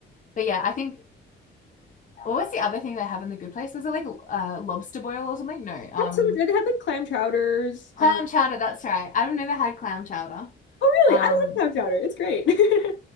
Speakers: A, on the left; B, on the left.
A: but yeah, I think what was the other thing they have in the good place? Was it like uh, lobster boil or something? No, um,
B: That's so much good. They had like clam chowders.
A: clam
B: Um,
A: chowder. That's right. I've never had clam chowder.
B: oh, really?
A: Um,
B: I love clam chowder. It's great. <laughs>